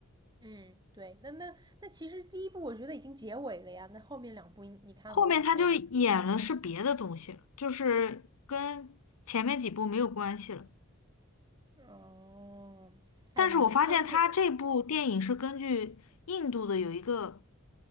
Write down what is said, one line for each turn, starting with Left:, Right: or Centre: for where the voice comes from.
Right: 嗯，对，那那那其实第一部我觉得已经结尾了呀，那后面两部应你看过吗？
Left: 后面他就演了是别的东西了，
Right: 他是怎？
Left: 就是跟前面几部没有关系了。
Right: 哦，哎，
Left: 但是我发现他这部电影是根据印度的有一个
Right: 你知道那个